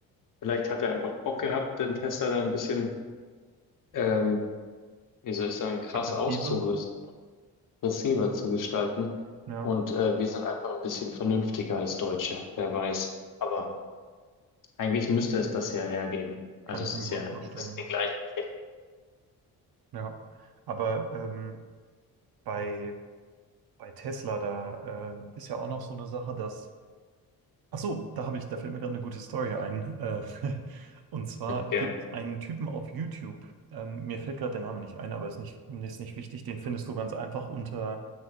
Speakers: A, on the left; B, on the right.
A: Vielleicht hat er einfach Bock gehabt, den Tesla da ein bisschen, ähm, wie soll ich sagen, krass
B: aggressive.
A: auszurüsten, aggressiver zu gestalten.
B: Ja,
A: Und äh, wir sind einfach ein bisschen vernünftiger als Deutsche, wer weiß. Aber eigentlich müsste es das ja hergeben. Also
B: kann ich
A: es
B: mir
A: ist
B: gut
A: ja,
B: vorstellen.
A: es ist ja die gleiche Technik,
B: Ja, aber ähm, bei, bei Tesla, da äh, ist ja auch noch so eine Sache, dass Ach so, da habe ich, da fällt mir gerade eine gute Story ein. Äh, <laughs> und zwar gibt
A: ja.
B: es einen Typen auf YouTube. Ähm, mir fällt gerade der Name nicht ein, aber ist nicht, ist nicht wichtig. Den findest du ganz einfach unter